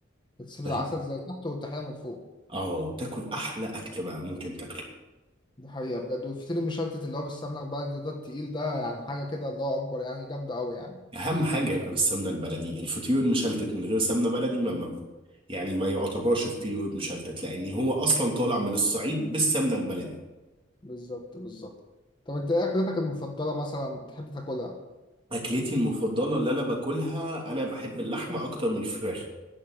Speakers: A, on the left; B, on the right.
A: بتسيب
B: فاهم
A: العسل زي تحت والطحينه من فوق
B: اه تاكل احلى اكل بقى ممكن تاكله
A: دي حقيقه بجد والفطير المشلتت اللي هو بالسمنه بقى ده ده التقيل ده يعني حاجه كده الله اكبر يعني جامده قوي يعني
B: اهم حاجة يبقى بالسمنة البلدي الفطير المشلتت من غير سمنة بلدي ما ما ما- يعني ما يعتبرش فطير مشلتت لان هو اصلا طالع من الصعيد بالسمنة البلدي
A: بالظبط بالظبط طب انت ايه اكلتك المفضله مثلا بتحب تاكلها
B: اكلتي المفضلة اللي انا باكلها انا بحب اللحمة اكتر من الفراخ